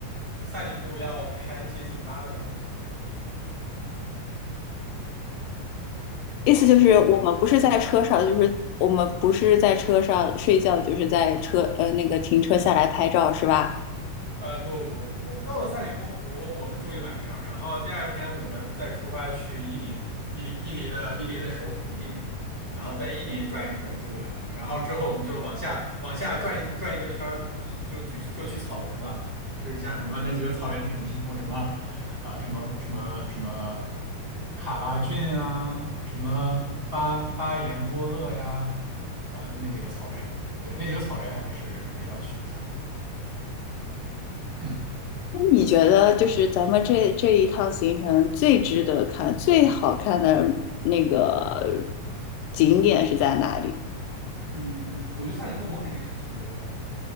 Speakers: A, on the right; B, on the left.
A: 赛里木要开接近八个小时。
B: 意思就是我们不是在车上，就是我们不是在车上睡觉，就是在车呃那个停车下来拍照是吧？
A: 呃，不不不，我们到了赛里木湖，我们住一晚上，然后第二天我们再出发去伊宁，伊犁伊犁的伊犁的首府伊宁，然后在伊宁转一转，住一晚上，然后之后我们就往下往下转一转一个圈儿，就就就去草原了，就是像什么那几个草原，你肯定听过什么，啊、什么什么什么卡拉峻啊，什么巴巴彦郭勒呀，对吧？那那几个草原，对，那几个草原还是还是要去一下。嗯。
B: 那你觉得就是咱们这这一趟行程最值得看、最好看的那个景点是在哪里？
A: 嗯，我觉得《赛里木湖》肯定是其中一个吧。嗯